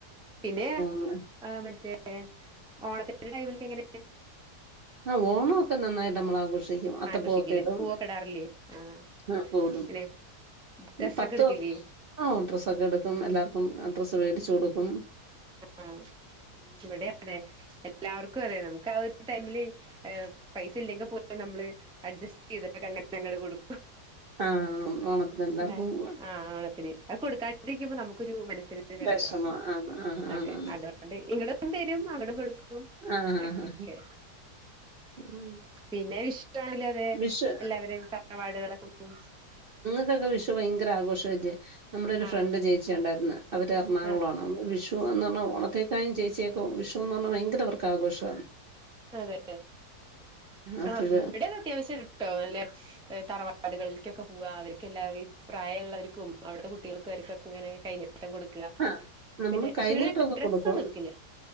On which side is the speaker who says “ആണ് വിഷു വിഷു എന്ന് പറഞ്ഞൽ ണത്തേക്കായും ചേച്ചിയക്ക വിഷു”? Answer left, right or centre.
Right